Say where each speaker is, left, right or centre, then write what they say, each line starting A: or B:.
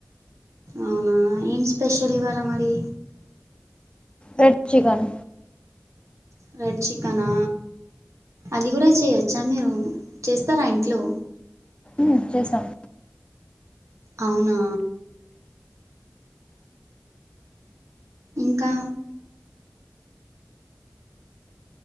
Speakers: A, on the right; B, on the left.
A: అవునా ఏం స్పెషల్ ఇవ్వాలా మరి
B: రెడ్ చికెన్
A: రెడ్ చికెనా అది కూడా చేయచ్చా మీరు చేస్తారా ఇంట్లో
B: మ్ చేసాం
A: అవునా ఇంకా